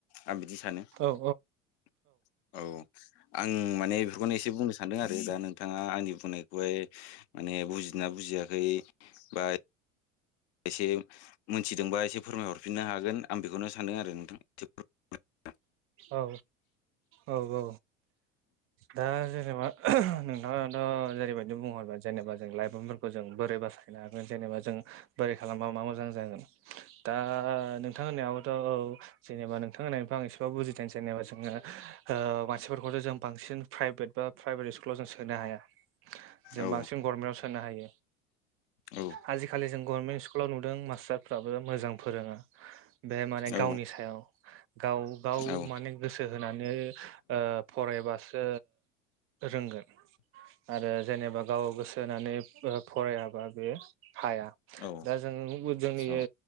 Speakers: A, on the left (about 55°); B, on the right (about 35°).
A: आं बिदि सानो।
B: औ
A: <inaudible> औ आं माने बेखौनो एसे बुंनोस सान्दों आरो दा नोंथाङा आंनि बुंनायखौहाय माने बुजिना बुजियाखै बा एसे मोनथि मिथिदोंबा एसे फोरमायहरफिननो हागोन आं बेखौनो सानदों आरो नोंथां।
B: औ औ औ दा जेनेबा नों ङाथ' जेरैबायदि बुंहर जेनेबा जों लाइमोनफोरखौ जों बोरै बासायनो हागोन जेनेबा जों बोरै खालामबा मा मोजां जागोन। दा नोंथां होननायाव थ' जेनेबा नोंथां होननिफ्राय आं एसेबाबो बुजिदों जेनेबा जोङो ओ मानसिफोरखौथ' जों बांसिन प्राइभेट बा प्राइभेट स्कुलाव जों सोनो हाया जों
A: औ
B: बांसिन गभर्नमेन्टाव सोनो हायो
A: औ
B: <inaudible> आजिखालि जों गभार्मेन्ट स्कुलाव नुदों मास्टारफ्राबो मोजां फोरोङा बे माने
A: औ
B: गावनि सायाव गाव गाव
A: औ
B: माने गोसो होनानै ओ फराय बासो रोंगोन आरो जेनेबा गाव गोसो होनानै फरायाबा बेयो हाया
A: औ
B: दा जों जोंनि
A: औ